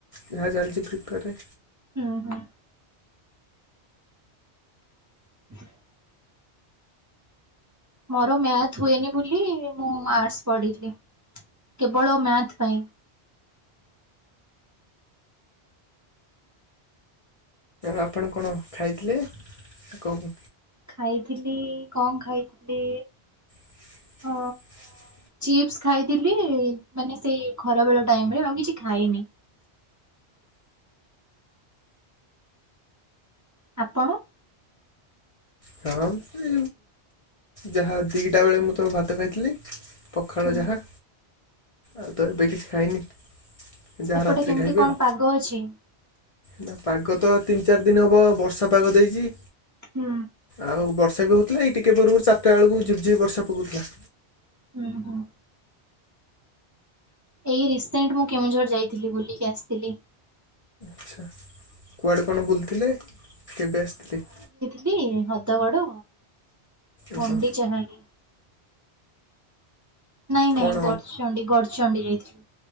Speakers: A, on the left; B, on the right.
A: ଯାହା ଚାଲିଛି ପ୍ରିପେୟାର
B: ହୁଁ ହୁଁ <inaudible> ମୋର ମ୍ୟାଥ ହୁଏନି ବୋଲି ମୁଁ ଆର୍ଟସ୍ ପଢିଲି କେବଳ ମ୍ୟା ଥ ପାଇଁ।
A: ଆପଣ କଣ ଖାଇଥିଲେ କଣ?
B: ଖାଇଥିଲି କଣ ଖାଇଥିଲି?
A: <inaudible>
B: ଅ ଚିପ୍ସ ଖାଇଥିଲି ମାନେ ସେଇ ଖରା ବେଳ ଟାଇମ ରେ ଆଉ କିଛି ଖାଇନି। ଆପଣ?
A: ହଁ ସେ ଯାହା ଦିଟା ବେଳେ ମୁଁ ତ ଭାତ ଖାଇଥିଲି। ପଖାଳ
B: ହୁଁ
A: ଯାହା ଆଉ ତ ଏବେ କିଛି ଖାଇନି।
B: ସେପଟେ
A: ଯାହା ରାତିରେ
B: କେମିତି
A: ଖାଇବି
B: କଣ
A: ଆଉ
B: ପାଗ ଅଛି?
A: ନା ପାଗ ତ ତିନି ଚାରି ଦିନ ହେବ ବର୍ଷା ପାଗ ଦେଇଛି।
B: ହୁଁ।
A: ଆଉ ବର୍ଷା ବି ହଉଥିଲା ଏଇ ଟିକେ ପୂର୍ବରୁାରିଟା ବେଳକୁ ଜିପଝି ବର୍ଷା ପକଉଥିଲା।
B: ହୁଁ ହୁଁ। ଏଇ ରିସେଣ୍ଟ ମୁଁ କେଉଁଝର ଯାଇଥିଲି ବୁଲିକି ଆସିଥିଲି।
A: ଆଚ୍ଛା କୁଆଡ଼େ କଣ ବୁଲଥିଲେ କେବେ ଆସିଥିଲେ?
B: ଥିଲି ହଦଗଡ
A: ଓହୋ
B: ଗୁଣ୍ଡିଚାଘାଇ। ନାଇଁ ନାଇଁ
A: କଣ?
B: ଗଡଚଣ୍ଡି ଗଡଚଣ୍ଡି ଯାଇଥିଲି